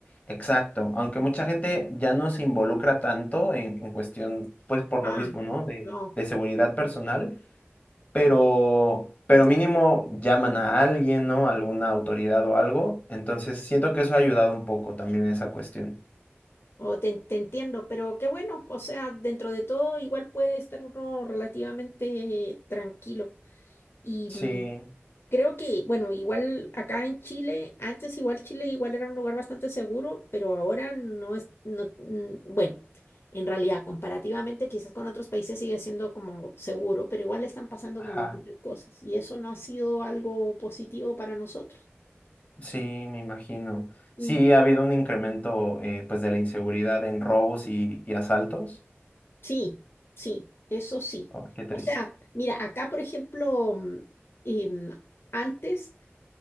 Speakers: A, on the left; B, on the left.
A: exacto, aunque mucha gente ya no se involucra tanto en, en cuestión, pues por
B: Ah,
A: lo mismo, ¿no? De,
B: no.
A: de seguridad personal, pero, pero mínimo llaman a alguien, ¿no? Alguna autoridad o algo. Entonces siento que eso ha ayudado un poco también esa cuestión.
B: O te, te entiendo, pero qué bueno, o sea, dentro de todo igual puede estar uno relativamente tranquilo. Y
A: Sí,
B: mm, creo que, bueno, igual acá en Chile, antes igual Chile igual era un lugar bastante seguro, pero ahora no es, no, mm, bueno, en realidad comparativamente quizás con otros países sigue siendo como seguro, pero igual están pasando
A: ajá.
B: como muchas cosas y eso no ha sido algo positivo para nosotros.
A: Sí, me imagino.
B: Mm.
A: Sí, ha habido un incremento eh, pues de la inseguridad en robos y, y asaltos.
B: Sí, sí, eso sí.
A: Oh, qué triste.
B: O sea, mira, acá, por ejemplo, mm, em, antes,